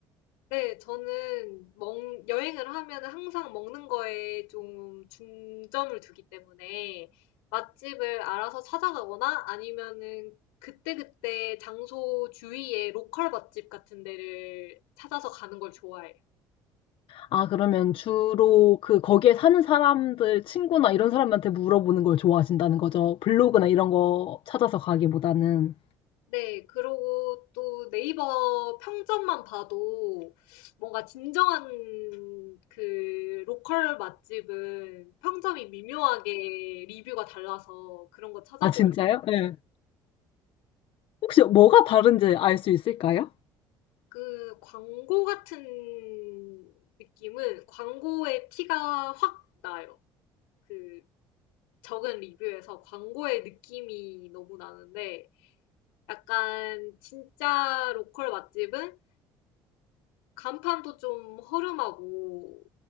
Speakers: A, on the left; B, on the left.
A: 네. 저는 먹 여행을 하면 항상 먹는 거에 좀 중점을 두기 때문에 맛집을 알아서 찾아가거나 아니면은 그때그때 장소 주위에 로컬 맛집 같은 데를 찾아서 가는 걸 좋아해요.
B: 아, 그러면 주로 그 거기에 사는 사람들, 친구나 이런 사람한테 물어보는 걸 좋아하신다는 거죠? 블로그나 이런 거 찾아서 가기보다는.
A: 네. 그리고 또 네이버 평점만 봐도 뭔가 진정한 그 로컬 맛집은 평점이 미묘하게 리뷰가 달라서 그런 거 찾아보고
B: 아, 진짜요? 네. 혹시 뭐가 다른지 알 수 있을까요?
A: 그 광고 같은 느낌은 광고의 티가 확 나요. 그 적은 리뷰에서 광고의 느낌이 너무 나는데 약간 진짜 로컬 맛집은 간판도 좀 허름하고